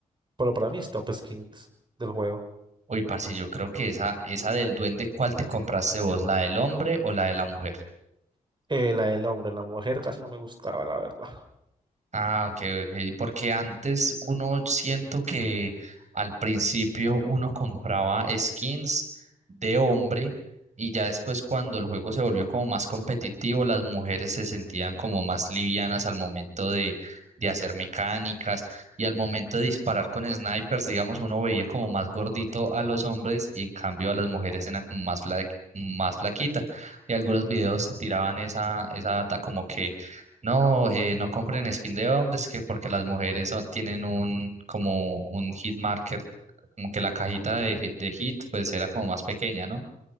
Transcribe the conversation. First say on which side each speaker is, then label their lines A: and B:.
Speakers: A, on the right; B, on the right.
A: pero para mí es top skins del juego.
B: Uy, parce, yo creo que esa, esa del duende, ¿cuál te compraste vos? ¿La del hombre o la de la mujer?
A: Eh, la del hombre, la mujer casi no me gustaba, la verdad.
B: Ah, ok, ok. Porque antes uno siento que al principio uno compraba skins de hombre y ya después cuando el juego se volvió como más competitivo, las mujeres se sentían como más livianas al momento de, de hacer mecánicas y al momento de disparar con snipers, digamos, uno veía como más gordito a los hombres y en cambio a las mujeres eran como más, fla- más flaquitas. Y algunos videos se tiraban esa, esa data como que no, eh, no compren skin de hombres que porque las mujeres son- tienen un como un hit marker, como que la cajita de, hit- de hit pues era como más pequeña, ¿no?